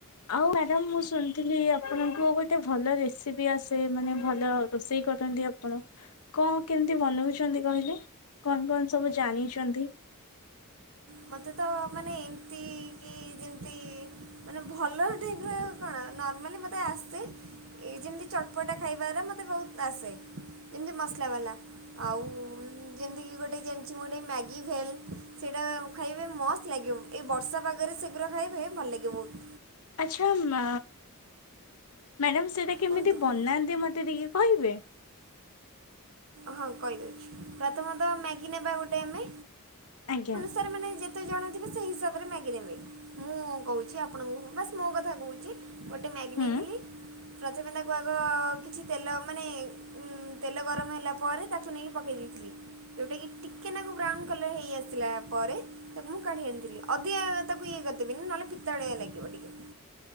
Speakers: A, on the left; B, on the right.
A: ଆଉ ମ୍ୟାଡ଼ାମ୍ ମୁଁ ଶୁଣିଥିଲି ଆପଣଙ୍କୁ ଗୋଟେ ଭଲ ରେସିପି ଆସେ ମାନେ ଭଲ ରୋଷେଇ କରନ୍ତି ଆପଣ? କଁ କେମିତି ବନଉଚନ୍ତି କହିଲେ କଣ କଣ ସବୁ ଜାଣିଚନ୍ତି?
B: ମୋତେ ତ ମାନେ ଏମିତି କି ଯେମିତି ମାନେ ଭଲ ଠିକ୍ ରହିବ କଣ ନର୍ମାଲି ମତେ ଆସେ ଏ ଯେମିତି ଚଟ୍ ପଟା ଖାଇବାରା ମତେ ବହୁତ ଆସେ ଯେମିତି ମସଲା୍ ବାଲା ଆଉ ଯେମିତିକି ଗୋଟେ ଜ ମୋଟେ ମ୍ୟାଗି ଭେଲ ସେଇଟା ଖାଇବେ ମସ୍ତ ଲାଗିବ ଏଇ ବର୍ଷା ପାଗରେ ସେଗୁରା ଖାଇବେ ଭଲ୍ ଲାଗେ ବହୁତ୍।
A: ଆଚ୍ଛା ମା ମ୍ୟାଡ଼ମ୍ ସେଇଟା କେମିତି
B: କୁହନ୍ତୁ
A: ବନାନ୍ତି ମୋତେ ଟିକଏ କହିବେ।
B: ହଁ କହିଦଉଚି ପ୍ରଥମତଃ ମ୍ୟାଗି ନବା ଗୋଟେ ଆମେ
A: ଆଜ୍ଞା।
B: ଘରେ ମାନେ ଯେତେ ଜଣଥିବେ ସେଇ ହିସାବରେ ମ୍ୟାଗି ନେବେ ମୁଁ କହୁଚି ଆପଣଙ୍କୁ ବାସ୍ ମୋ କଥା କହୁଚି ଗୋଟେ ମ୍ୟାଗି
A: ହୁଁ
B: ନେଇଥିଲି ପ୍ରଥମେ ତାକୁ ଆଗ କିଛି ତେଲ ମାନେ ଉଁ ତେଲ ଗରମ ହେଲା ପରେ ତାକୁ ନେଇକି ପକେଇ ଦେଇଥିଲି ଯୋଉଟା କିି ଟିକେ ନାକୁ ବ୍ରାଉନ୍ କଲର୍ ହେଇ ଆସିଲା ପରେ ତାକୁ ମୁଁ କାଢି ଆଣିଥିଲି ଅଧିକା ତାକୁ ଇଏ କରିଦେବିନି ନହେଲେ ପିତାଳିଆ ଲାଗିବ ଟିକେ।